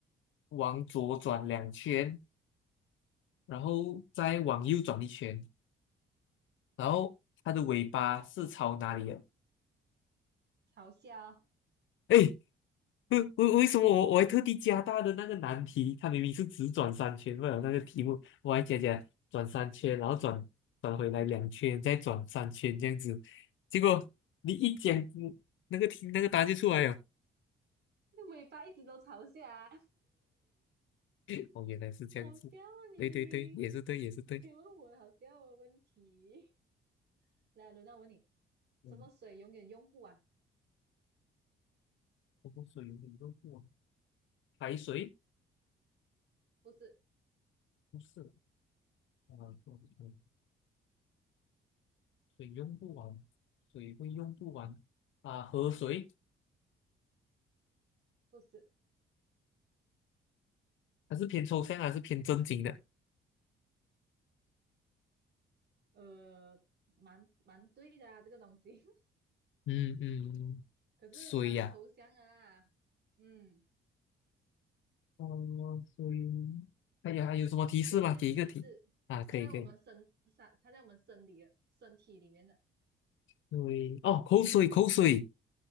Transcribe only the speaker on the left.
往左转两圈，然后再往右转一圈，然后它的尾巴是朝哪里的？
哎，为为为什么我我还特地加大的那个难题？它明明是只转三圈，为了那个题目，我还加加转三圈，然后转转回来两圈，再转三圈这样子。结果你一讲，嗯那个题那个答案就出来了。
<laughs> 哦，原来是这样子。
对对对，也是对，也是对。
嗯，
我不过水你用不完，排水
不是啊，不不水用不完，水会用不完啊。河水
它是偏抽象还是偏正经的？
嗯嗯，
水呀、
哦，所以，哎呀，还有什么提示吗？
给一个提啊，可以可以。
对，哦，口水口水